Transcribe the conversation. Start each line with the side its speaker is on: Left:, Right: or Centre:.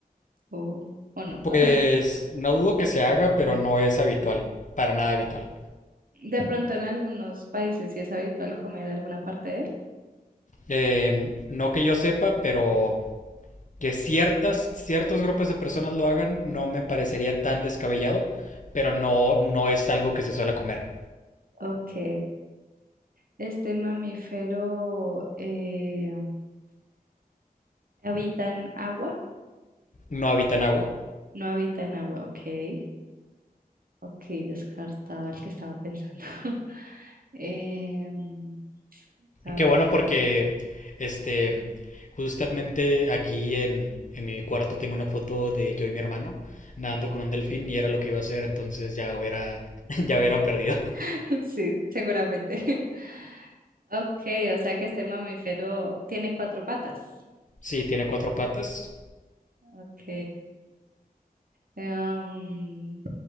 Right: o, o no.
Left: Pues
Right: <laughs>
Left: no dudo que se haga, pero no es habitual, para nada habitual.
Right: De pronto en algunos países sí es habitual comer alguna parte de él.
Left: Eh, no que yo sepa, pero que ciertas, ciertos grupos de personas lo hagan no me parecería tan descabellado, pero no, no es algo que se suele comer.
Right: Ok. Este mamífero eh, habita en agua.
Left: No habitan agua.
Right: No habita en agua, ok. Ok, descartado el que estaba pensando. <laughs> Em, a
Left: Qué
Right: ver.
Left: bueno porque, este, justamente aquí en, en mi cuarto tengo una foto de yo y mi hermano nadando con un delfín y era lo que iba a hacer, entonces ya hubiera, <laughs> ya hubiera perdido.
Right: <laughs> Sí, seguramente. <laughs> Ok, o sea que este mamífero tiene cuatro patas.
Left: Sí, tiene cuatro patas,
Right: Ok. Em,